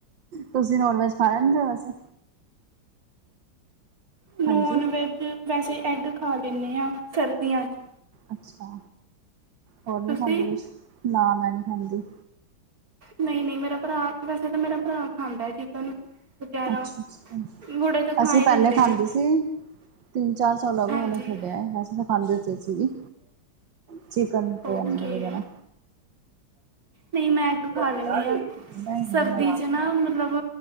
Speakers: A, on the right; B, on the right.
A: ਤੁਸੀਂ ਨੋਨ ਵੈਜ ਖਾ ਲੈਂਦੇ ਹੋ ਵੈਸੇ।
B: ਨੋਨ
A: ਹਾਂਜੀ
B: ਵੈਜ ਵੈਸੇ ਐਗ ਖਾ ਲੈਂਦੇ ਹਾਂ ਸਰਦੀਆਂ ਚ।
A: ਅੱਛਾ ਹੋਰ ਨੀ
B: ਤੁਸੀਂ
A: ਖਾਂਦੇ ਕੁਛ ਨਾ ਮੈਂ ਨਹੀਂ ਖਾਂਦੀ।
B: ਨਹੀਂ ਨਹੀਂ ਮੇਰਾ ਭਰਾ ਵੈਸੇ ਤਾਂ ਮੇਰਾ ਭਰਾ ਖਾਂਦਾ ਏ ਚਿਕਨ। ਵਗੈਰਾ
A: ਅੱਛਾ ਅੱਛਾ
B: ਬੁੜੇ ਤਾਂ ਖਾ
A: ਅਸੀਂ
B: ਹੀ
A: ਪਹਿਲੇ
B: ਲੈਂਦੇ
A: ਖਾਂਦੇ
B: ਨੇ
A: ਸੀ ਤਿੰਨ ਚਾਰ ਸਾਲ ਹੋ
B: ਹਾਂਜੀ
A: ਗਿਆ ਹੁਨੇ ਛੱਡਿਆ ਹੈ ਬਸ। ਪਹਿਲੇ ਖਾਂਦੇ ਅਸੀ ਵੀ ਚਿਕਨ ਤੇ
B: ਓਕੇ
A: ਅੰਡੇ ਵਗੈਰਾ।
B: ਨਹੀਂ ਮੈਂ ਐੱਗ ਖਾ
A: ਨਹੀਂ
B: ਲੈਂਦੀ ਹਾਂ
A: ਨਹੀਂ
B: ਸਰਦੀ
A: ਨਾਰਾਜ
B: 'ਚ ਨਾ
A: ਨਹੀ ਆ।
B: ਮਤਲਬ